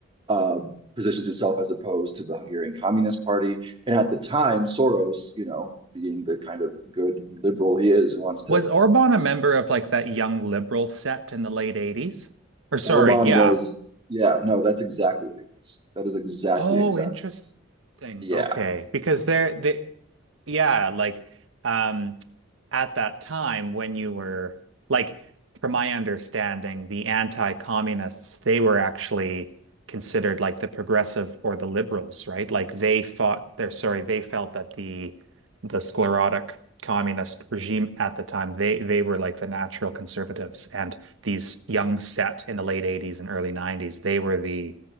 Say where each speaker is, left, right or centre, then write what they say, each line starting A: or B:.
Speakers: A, on the right; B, on the right.
A: uh positions itself as opposed to the Hungarian Communist Party. And at the time, Soros, you know, being the kind of good liberal he is and wants to
B: Was Orban a member of like that young liberal set in the late 80s? Or sorry,
A: Orban
B: yeah,
A: was, yeah, no, that's exactly what he was. That is exactly,
B: Oh,
A: exactly.
B: interesting.
A: Yeah.
B: Okay, because they're they yeah, like um at that time when you were like from my understanding, the anti-communists, they were actually considered like the progressive or the liberals, right? Like they fought they're sorry, they felt that the the sclerotic communist regime at the time, they they were like the natural conservatives and these young set in the late 80s and early 90s, they were the,